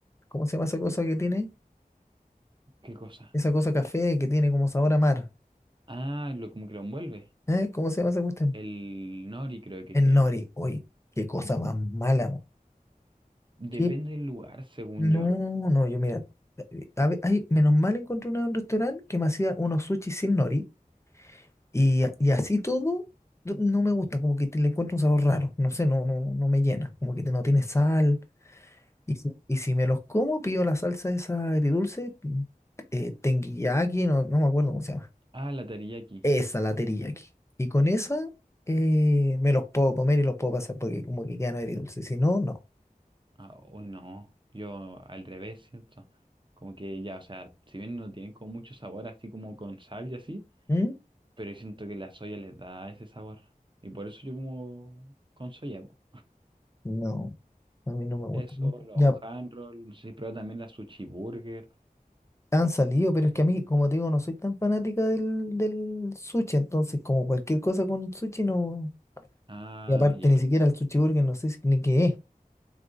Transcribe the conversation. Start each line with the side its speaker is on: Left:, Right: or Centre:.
Left: ¿cómo se llama esa cosa que tiene?
Right: ¿Qué cosa?
Left: Esa cosa café que tiene como sabor a mar.
Right: Ah, lo como que lo envuelve.
Left: ¿Eh? ¿Cómo se llama esa cuestión?
Right: El nori creo que
Left: El
Right: se llama.
Left: nori. Oye, qué cosa más mala. mo. ¿Qué?
Right: Depende del lugar, según
Left: No,
Right: yo.
Left: no, yo mira. eh, a ve- ay, menos mal encontré una en un restaurante que me hacía unos sushi sin nori. Y, a- y así todo, no no me gusta. Como que te- le encuentro un sabor raro. No sé, no, no, no me llena. Como que te- no tiene sal. Y si, y si me los como, pido la salsa esa agridulce. Eh, tengiyaki, no, no me acuerdo cómo se llama.
Right: Ah, la teriyaki.
Left: Esa la teriyaki. Y con esa eh, me los puedo comer y los puedo pasar porque como que quedan agridulces. Si no, no.
Right: Ah, uy, no. Yo al revés siento. Como que ya, o sea, si bien no tienen como mucho sabor así como con sal y así,
Left: ¿Mm?
Right: pero yo siento que la soya les da ese sabor. Y por eso yo como con soya. po.
Left: No, a mí no me gusta
Right: Eso,
Left: mucho.
Right: los
Left: Ya
Right: handrolls, no sé si prueba también la sushi burger.
Left: han salido, pero es que a mí, como te digo, no soy tan fanática del, del sushi. Entonces, como cualquier cosa con sushi, no.
Right: Ah,
Left: Y aparte,
Right: ya.
Left: ni siquiera el sushi burger, no sé si- ni qué es.